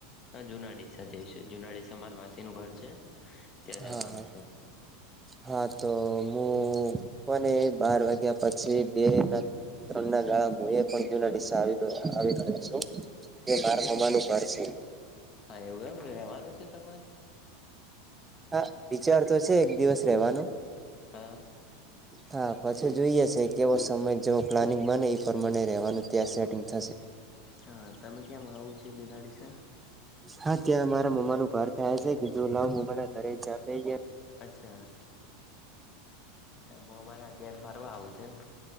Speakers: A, on the left (about 35°); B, on the right (about 15°).
A: હા જુનાડી--. જઈશું જુના ડસેર માસી નું ઘર છે. ત્યાં
B: હા
A: જવાનું છે
B: હા તો હું કોને બાર વાગ્યા પછી બે ના ત્રણ ના ગાળા હું એ પણ જૂના દિશ ગ આવી ગયો છું. એ મારા
A: કેમ
B: મમ્માનુંું ઘર છે.
A: હા એવું એમ રેવાનું છે તમારે
B: હા વિચાર તો છે એક દિવસ રહેવાનું
A: હા
B: હા <unintelligible> પછી જોઈએ છે કેવો સમય જેવો પ્લાનિંગ બને એ પણ મને રહેવાનું ત્યાં સેટિંગ થશે.
A: હા તમે કે્યામ આવો છો જુનાડીસાા.
B: હા ત્યાં મારા મમ્માનું ઘર થાય છે કે જો લ મમ્મા ના ઘરે જ--.
A: અચ્છાછ મોને ઘેર ફરવા આવુંજ તેમમ.